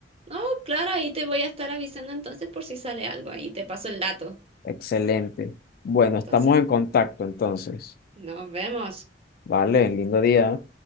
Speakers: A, on the right; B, on the left.
A: No, claro, ahí te voy a estar avisando entonces por si sale algo. Ahí te paso el dato.
B: Excelente. Bueno, estamos
A: Entonces,
B: en contacto entonces.
A: nos vemos.
B: Vale, lindo día.